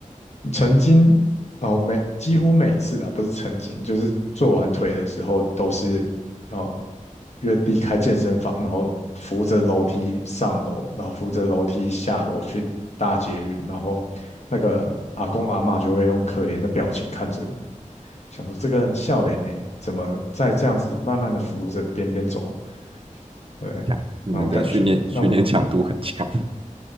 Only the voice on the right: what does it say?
强，你们的训练训练强度很强
<laughs>